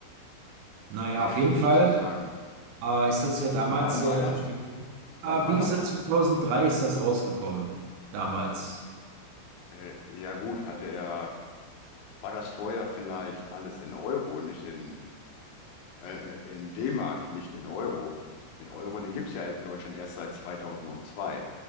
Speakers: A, on the right; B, on the left.
A: Naja,
B: Kann ich
A: auf
B: jetzt
A: jeden
B: so nichts
A: Fall,
B: zu sagen.
A: äh, ist das ja damals
B: Äh, wann
A: sehr
B: war das?
A: durch die Medien.
B: Wann
A: Ah,
B: war
A: wie
B: das?
A: gesagt, 2003 ist das rausgekommen, damals.
B: Äh, ja gut, hatte er, war das vorher vielleicht alles in Euro und nicht in äh, äh, in D-Mark, nicht in Euro. Den Euro, den gibt's ja in Deutschland erst seit 2002.